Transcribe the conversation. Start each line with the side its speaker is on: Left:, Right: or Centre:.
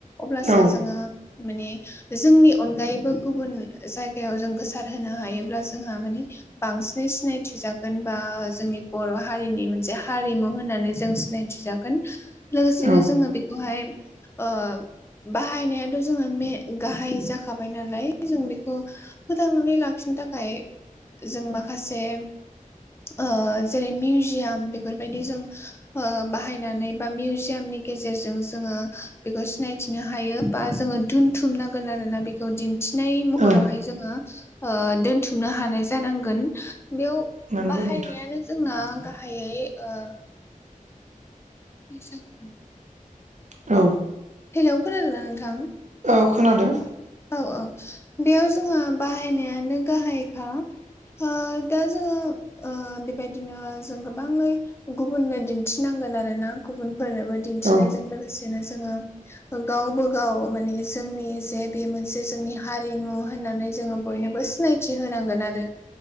Left: अब्लासो
Right: औ
Left: जोङो माने जोंनि अनगायैबो गुबुन जायगायाव जों गोसार होनो हायोब्ला जोंहा मानि बांसिनै सिनायथि जागोन बा जोंनि बर' हारिनि मोनसे हारिमु होननानै जों सिनायथि जा गोन लोगोसेनो
Right: औ
Left: जोङो बेखौहाय ओ बाहायनायानथ' जोंना मे गाहाइ जाखाबाय नालाय जों बेखौ फोथांनानै लाखिनो थाखाय जों माखासे ओ जेरै मिउजियाम बेफोरबायदि जों ओ बाहायनानै बा मिउजियामनि गेजेरजों जोङो बेखौ सिनायथिनो हायो। बा जोङो दोनथुमनांगोन आरोना बेखौ दिन्थिनाय महरावहाय
Right: औ
Left: जोङो ओ दोन्थुमनो हानाय जांगोन बेयाव
Right: नंगौ
Left: बाहायनायानो
Right: नोंथां
Left: जोंना गाहाइयै ओ <unintelligible>
Right: औ।
Left: हेलौ खोनादोंना नोंथां?
Right: औ खोनादों।
Left: औ औ बेयाव जोहा बाहायनायानो गाहायखा। ओ दा जोङो ओ बे बायदिनो जों गोबाङै गुबुननो दिन्थिनांगोन आरो ना गुबुनफोरनोबो दिन्थिनायजों
Right: औ
Left: लोगोसेनो जोङो गावबो गाव माने जोंनि जे बे मोनसे जोंनि हारिमु होननानै जोङो बयनोबो सिनायथि होनांगोन आरो।